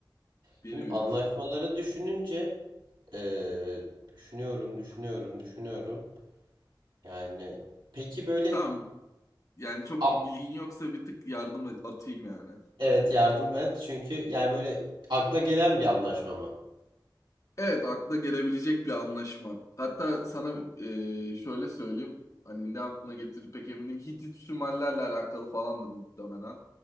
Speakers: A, on the left (about 40°); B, on the right (about 70°).
A: Birbiriz
B: Şimdi anlaşmaları
A: şu an.
B: düşününce eee, düşünüyorum, düşünüyorum, düşünüyorum. Yani peki böyle
A: Tamam. Yani çok
B: a-
A: bilgin yoksa bir tık yardım atayım yani.
B: Evet yardım et. Çünkü yani böyle akla gelen bir anlaşma mı?
A: Evet, akla gelebilecek bir anlaşma. Hatta sana e, şöyle söyleyeyim. Hani ne aklına getirir pek emin değilim. Hitit Sümerlerle alakalı falandır muhtemelen.